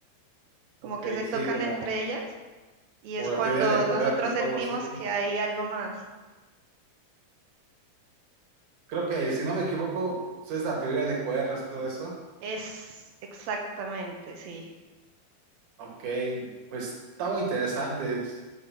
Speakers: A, on the right; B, on the right.
A: como
B: ok,
A: que se tocan
B: sí, como,
A: entre ellas y
B: como
A: es
B: la
A: cuando
B: teoría de
A: nosotros
B: cuerdas
A: sentimos
B: o algo así, ¿no?
A: que hay algo más.
B: Creo que, si no me equivoco, eso es la teoría de cuerdas y todo eso.
A: Es exactamente, sí.
B: Ok, pues está muy interesante.